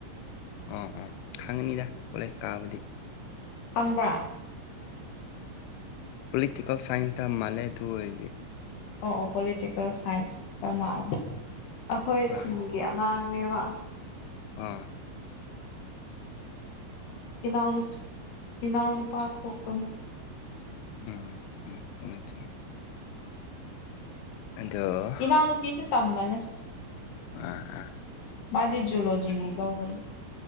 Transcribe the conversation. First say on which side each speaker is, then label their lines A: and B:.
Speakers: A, on the left (about 80°); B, on the left (about 60°).
A: ꯑꯥ ꯑꯥ ꯈꯪꯉꯅꯤꯗ ꯀꯣꯂꯦꯖ ꯀꯥꯕꯗꯤ
B: ꯈꯪꯕ꯭ꯔꯥ
A: ꯄꯣꯂꯤꯇꯤꯀꯦꯜ ꯁꯥꯏꯟꯁꯇ ꯃꯥꯜꯂꯦ ꯑꯗꯨ ꯑꯣꯏꯔꯗꯤ
B: ꯑꯣ ꯑꯣ ꯄꯣꯂꯤꯇꯤꯀꯦꯜ ꯁꯥꯏꯟꯁꯇ ꯃꯥꯜꯂꯦ ꯑꯩꯈꯣꯏ
A: ꯍꯣꯏ
B: ꯈꯨꯟꯒꯤ ꯑꯉꯥꯡꯅꯦꯕ
A: ꯑꯥ
B: ꯏꯅꯥꯎ ꯏꯅꯥꯎ ꯅꯨꯄꯥ ꯊꯣꯛꯄꯅꯦ
A: ꯎꯝ ꯎꯝ ꯎꯝ ꯑꯗꯣ
B: ꯏꯅꯥꯎꯅꯨꯄꯤꯁꯨ ꯇꯝꯕꯅꯦ
A: ꯑ ꯑꯥ
B: ꯃꯥꯗꯤ ꯖꯨꯂꯣꯖꯤ ꯂꯧꯕꯅꯤ